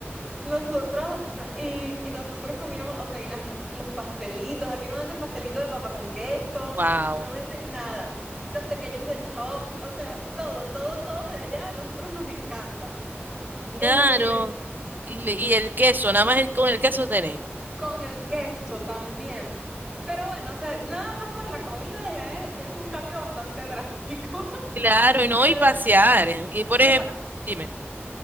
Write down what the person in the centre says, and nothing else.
nosotros no- y, y nosotros comíamos, o sea, y las, em- los pastelitos, aquí no venden pastelitos de papa con queso,
no venden nada. Los pequeños de chops, o sea, todo, todo, todo de allá, a nosotros nos encanta.
Eh,
con el queso también. Pero bueno, o sea, nada más por la comida ya es, ya es un cambio bastante drástico. <laughs>
Pero,
sin
embargo,